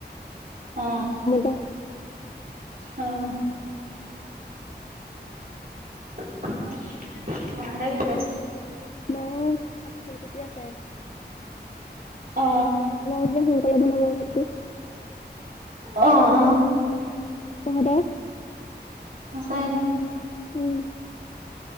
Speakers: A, on the right (about 55°); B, on the left (about 40°).
A: অ
B: যাওঁ।
A: অহ মাহেতে কি কৰি আছে
B: মায়ে শাক পচলি কুটি আছে
A: অ
B: মাই যে সোনকালে বনাব ভাতটো
A: অ অ
B: তহতৰ
A: আছাই নি
B: উম